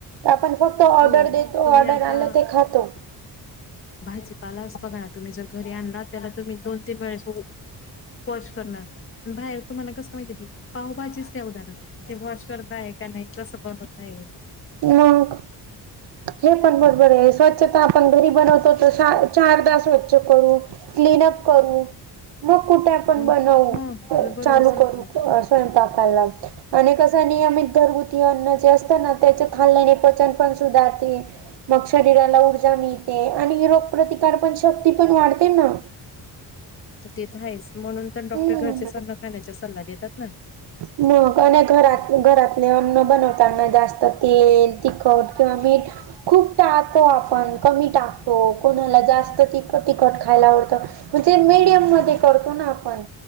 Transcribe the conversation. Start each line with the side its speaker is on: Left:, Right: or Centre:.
Right: आपण फक्त ऑर्डर
Left: हो
Right: देतो,
Left: तुम्ही
Right: ऑर्डर
Left: आता
Right: आलं ते खातो.
Left: भाजीपालाच बघा तुम्ही, जर घरी आणला, त्याला तुम्ही दोन तीन वेळा स, वॉश करनार, बाहेर तुम्हाला कस माहितीे ते? पावभाजीचं घ्या उदाहरण, ते वॉश करताय का नाही कस बनवताय ये.
Right: मग हे पण बरोबर ये, स्वच्छता आपण घरी बनवतो, तर शा चारदा स्वच्छ करू, क्लीन उप करू. मग कुठे आपण
Left: म
Right: बनवू,
Left: हो
Right: च-चालू
Left: तुम्ही बरोबर सांगितलं
Right: करू कस स्वयंपाकला आणि कस नियमित घरगुती अन्न जे असत ना, त्याच्यात खाल्याने पचन पण सुधारते. मग शरीराला ऊर्जा मिळते आणि रोग प्रतिकार पण शक्ती पण वाढते ना.
Left: ते तर आहेस, म्हणून पण डॉक्टर
Right: हम्म
Left: घरचे सन्न खाण्याचा सल्ला देतात ना.
Right: मग आणि घरात-घरातले अन्न बनवताना जास्त तेल तिखट किंवा मीठ खूप टाळतो आपण, कमी टाकतो, कोणाला जास्त तिख-तिखट खायला आवडतं म्हणजे मीडियम मध्ये करतो ना आपण,